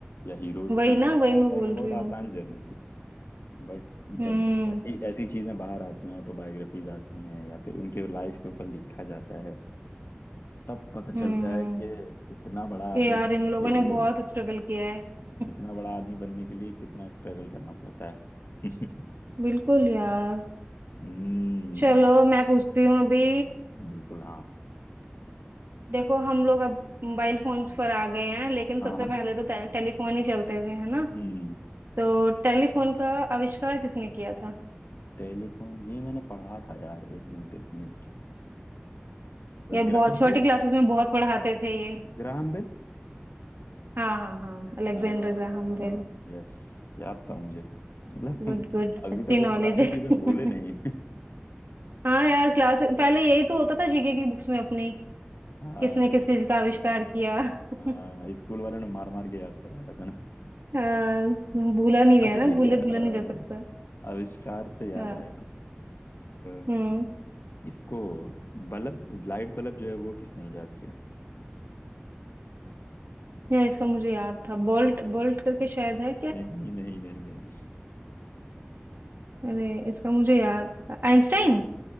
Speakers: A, on the left; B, on the right.
A: या हीरोज
B: वही
A: की तो
B: ना
A: हमें
B: वही
A: लगता
B: मैं बोल
A: है कि बहुत
B: रही
A: आसान
B: हूँ
A: जर्नी थी बट
B: हम्म
A: जब ऐसी ऐसी चीजें बाहर आती हैं ऑटोबायोग्राफीज आती हैं या फिर उनके लाइफ के ऊपर लिखा जाता है तब पता चलता
B: हम्म
A: है कि इतना बड़ा आदमी
B: कि यार
A: बनने
B: इन लोगों
A: के
B: ने
A: लिए
B: बहुत स्ट्रगल किया है <laughs>
A: इतना बड़ा आदमी बनने के लिए कितना स्ट्रगल करना पड़ता है <laughs>
B: बिल्कुल यार
A: हम्म
B: चलो मैं पूछती हूँ अभी
A: बिल्कुल हाँ
B: देखो हम लोग अब मोबाइल फोन्स पर आ गए हैं लेकिन
A: हाँ
B: सबसे
A: हाँ।
B: पहले तो टे- टेलीफोन ही चलते थे है ना
A: हम्म
B: तो टेलीफोन का आविष्कार किसने किया था
A: टेलीकॉम ये मैंने पढ़ा था यार एक मिनट एक minute
B: ये
A: Graham
B: बहुत छोटी
A: Bell
B: क्लासेस में बहुत पढ़ाते थे ये
A: Graham Bell
B: हाँ हाँ हाँ Alexander
A: हाँ
B: Graham Bell
A: यस याद था मुझे मतलब
B: Good good
A: अभी
B: अच्छी
A: तक वो
B: नॉलेज
A: पुरानी
B: है
A: चीजें
B: <laughs>
A: भूले नहीं
B: हाँ यार क्लास
A: <laughs>
B: पहले यही तो होता था जीके की बुक्स में अपनी
A: हाँ
B: किसने
A: इस-
B: किस चीज का आविष्कार किया <laughs>
A: हाँ स्कूल वालों ने मार मार के याद करवाया था ना
B: हाँ, भूला नहीं गया
A: अच्छा
B: ना
A: ठीक
B: भूले
A: है अ,
B: भूला नहीं जा सकता
A: आविष्कार से याद
B: हाँ
A: आया अ,
B: हम्म
A: इसको बल्ब लाइट बल्ब जो है वो किसने इजाद किया
B: यार इसका मुझे याद था बोल्ट बोल्ट करके शायद है
A: नहीं नहीं नहीं नहीं
B: अरे इसका मुझे याद आइंस्टाइन